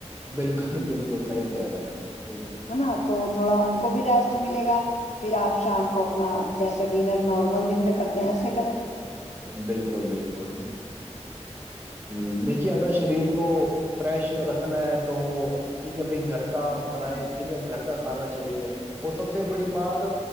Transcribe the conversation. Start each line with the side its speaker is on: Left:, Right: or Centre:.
Right: بالکل بالکل صحی کہہ رہے ہیں ہمپ
Left: ہے نا تو تھوڑا ان کو بھی رست ملے گا پھر آپ شام کو اپنا جیسے ڈنر نارمل دن میں کرتے ہیں ایسے کریں
Right: ہاں بالکل بالکل ہ دیکھیے اگر شریر کو فریش رکھنا ہے تو ٹھیک ہے بھائی گھر کا بنائے ٹھیک ہے گھر کا کھانا چاہیے وہ سب سے بڑی بات